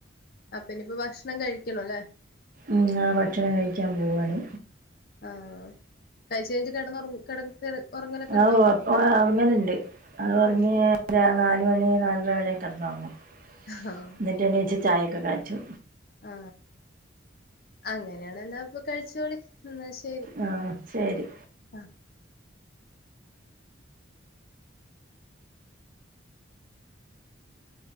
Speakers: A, on the left; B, on the right.
A: അപ്പനിയിപ്പ ഭക്ഷണം കഴിക്കണല്ലേ
B: ഉ ഭക്ഷണം കഴിക്കാൻ പോവാണ്
A: ആ കഴിച്ച കഴിഞ്ഞ് കിടന്നറ കിട <unintelligible> ഉണ്ടോ
B: ഔ ആപ്പ അവങ്ങലുണ്ട് അത് പറഞ്ഞ്
A: ഉം
B: നാല മണി നാലര മണ കിറന്ന് ഉറങ്ങും
A: ആഹ്
B: എന്നിട്ട് എണീച്ച് ചായയൊക്കെ കായച്ചു
A: ആ അങ്ങനെയാണ് എന്നാ ഇപ്പൊ കഴിച്ചോളി എന്നാ ശരി
B: ആ ശരി
A: ആ